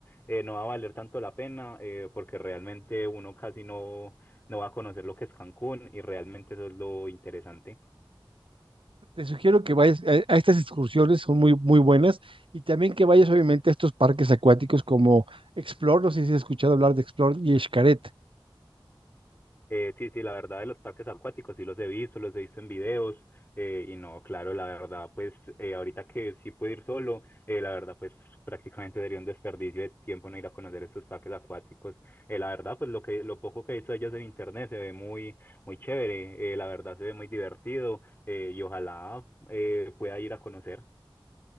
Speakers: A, on the left; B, on the right.
A: eh, no va a valer tanto la pena eh, porque realmente uno casi no, no va a conocer lo que es Cancún y realmente eso es lo interesante.
B: Te sugiero que vayas a, a estas excursiones, son muy, muy buenas. Y también que vayas, obviamente, a estos parques acuáticos como Explore, no sé si has escuchado hablar de Explore y Xcaret.
A: Eh, sí, sí, la verdad de los parques acuáticos sí los he visto, los he visto en videos eh, y no, claro, la verdad pues eh, ahorita que sí puedo ir solo, eh, la verdad pues prácticamente sería un desperdicio de tiempo no ir a conocer esos parques acuáticos. Eh, la verdad pues lo que lo poco que he visto de ellos en internet se ve muy muy chévere, eh, la verdad se ve muy divertido eh, y ojalá eh, pueda ir a conocer.